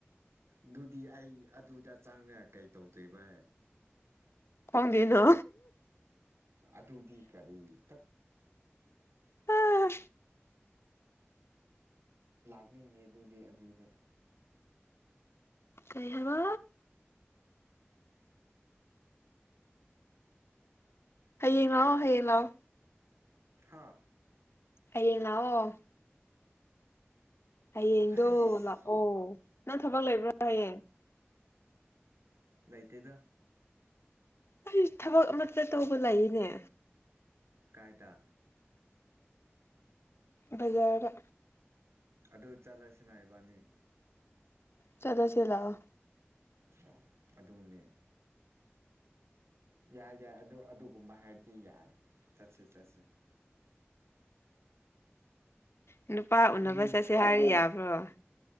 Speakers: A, on the right; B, on the left.
A: ꯑꯗꯨꯗꯤ ꯑꯩ ꯑꯗꯨꯗ ꯆꯪꯉꯒ ꯀꯩ ꯇꯧꯗꯣꯏꯕ
B: ꯈꯪꯗꯦꯗꯣ
A: ꯑꯗꯨꯗꯤ ꯀꯔꯤ ꯇꯠ
B: ꯍꯥ
A: ꯂꯥꯛꯅꯤꯡꯉꯦ ꯑꯗꯨꯗꯤ ꯑꯗꯨꯗ
B: ꯀꯩ ꯍꯥꯏꯕ ꯍꯌꯦꯡ ꯂꯥꯛꯑꯣ ꯍꯌꯦꯡ ꯂꯥꯛꯑꯣ
A: ꯍꯥ
B: ꯑꯌꯦꯡ ꯂꯥꯛꯑꯣ ꯍꯌꯦꯡꯗꯣ
A: ꯍꯩꯁ
B: ꯂꯥꯛꯑꯣ ꯅꯪ ꯊꯕꯛ ꯂꯩꯕ꯭ꯔꯥ ꯍꯌꯦꯡ
A: ꯂꯩꯇꯦꯗ
B: ꯑꯩ ꯊꯕꯛ ꯑꯃ ꯆꯠꯇꯧꯕ ꯂꯩꯅꯦ
A: ꯀꯥꯏꯗꯥ
B: ꯕꯖꯥꯔꯗ
A: ꯑꯗꯨ ꯆꯠꯂꯁꯤꯅ ꯏꯕꯥꯅꯤ
B: ꯆꯠꯂꯁꯤ ꯂꯥꯛꯑꯣ
A: ꯑꯣ ꯑꯗꯨꯅꯦ ꯌꯥꯏ ꯌꯥꯏ ꯑꯗꯨ ꯑꯗꯨꯒꯨꯝꯕ ꯍꯥꯏꯔꯗꯤ ꯌꯥꯏ ꯆꯠꯁꯤ ꯆꯠꯁꯤ
B: ꯅꯨꯄꯥ
A: ꯍꯥꯏꯗꯤ
B: ꯎꯅꯕ ꯆꯠꯁꯦ ꯍꯥꯏꯔ ꯌꯥꯕ꯭ꯔꯣ